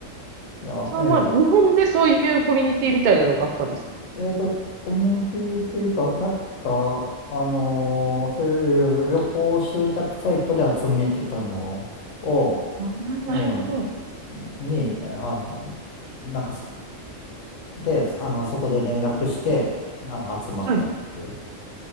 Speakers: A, on the left; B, on the right.
A: いや、
B: そう、まあ、日本でそういうコミュニティみたいなのがあったんですか。
A: えええっと、コミュニティというか、なんか、あのーそういう旅行集客サイトで集めてたのを、
B: あ、なるほど。
A: ええに、あの、なんか、で、あの、そこで連絡して、あの、集まったっていう。
B: はい。